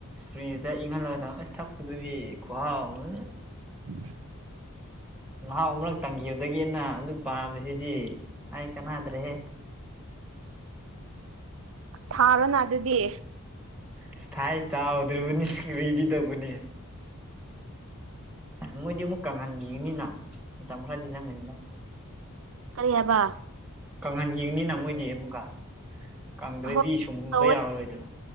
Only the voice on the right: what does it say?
<inaudible>
ꯊꯥꯔꯣꯅ ꯑꯗꯨꯗꯤ
ꯀꯔꯤ ꯍꯥꯏꯕ
ꯍꯣꯏ
ꯇꯧꯋꯦ